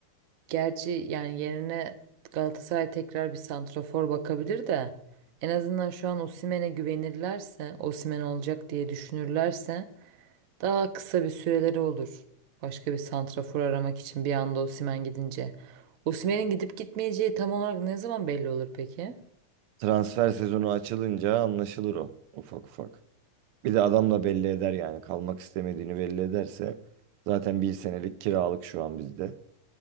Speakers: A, on the right; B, on the right.
A: gerçi yani yerine Galatasaray tekrar bir santrafor bakabilir de en azından şu an Osimhen'e güvenirlerse, Osimhen olacak diye düşünürlerse Daha kısa bir süreleri olur. Başka bir santrafor aramak için bir anda Osimhen gidince. Osimhen'in gidip gitmeyeceği tam olarak ne zaman belli olur peki?
B: Transfer sezonu açılınca anlaşılır o ufak ufak. Bir de adam da belli eder yani kalmak istemediğini belli ederse. Zaten bir senelik kiralık şu an bizde.